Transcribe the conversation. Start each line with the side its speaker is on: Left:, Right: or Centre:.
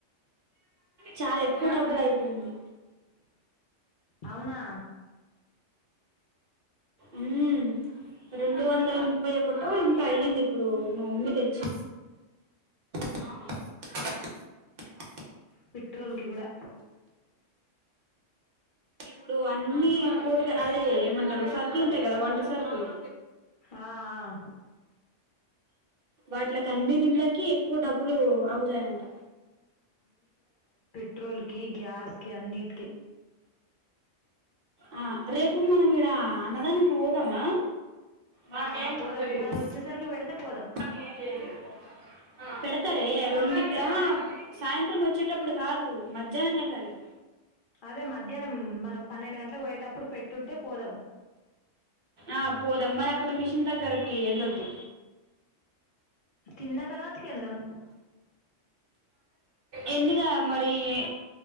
Right: చాలెక్కువ డబ్బులైపెయ్ంది.
Left: ఔనా.
Right: ఉమ్. రెండు వందల ముప్పై ఒకటో ఎంతో అయ్యిందిప్పుడు మా మామ్మి తెచ్చి. <unintelligible>
Left: పిట్. ట్రోల్కి గుడా.
Right: ఇప్పుడు అన్నీ కూరగ అదే ఏమంటరు సర్కులు ఉంటయ్ గద వంట సర్కులు.
Left: ఆ అ.
Right: వాట్లక్. కన్ని దీన్డ్లకి ఎక్కువ డబ్బులు అవ్తాయంట.
Left: పెట్రోల్కి గ్యాస్కి అన్నిట్కి.
Right: ఆ రేపు మనమిడ అన్నదానం. <unintelligible> దమా మాకేం
Left: ఆ పోదాం
Right: <unintelligible> మాకేం
Left: మనం వచ్చేసరికి పెడితే పోదాం
Right: <unintelligible> ఆ పెడతరే. రొండిక్ అహా సాయంత్రం ఒచ్చేటప్పుడు కాదు మధ్యానమెళ్ళాలె.
Left: అదే మధ్యానం మనం పన్నెండు గంట్లకు్ బొయ్యొ. టప్పుడు పెట్టుంటె పోదం.
Right: ఆ పోదమ్ మరక్కడ మిషిన్ దగ్గర కీ ఎళ్ళొద్దు.
Left: తిన్న తర్వాత్కెళ్దం.
Right: ఎన్నిగా మరీ ఏ.